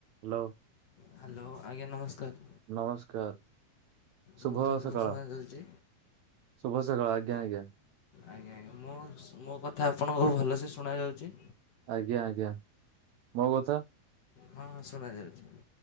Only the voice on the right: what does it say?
Hello.
ନମସ୍କାର ଶୁଭ
ସକାଳ
ଶୁଭ ସକାଳ ଆଜ୍ଞା ଆଜ୍ଞା।
ଆଜ୍ଞା ଆଜ୍ଞା ମୋ କଥା।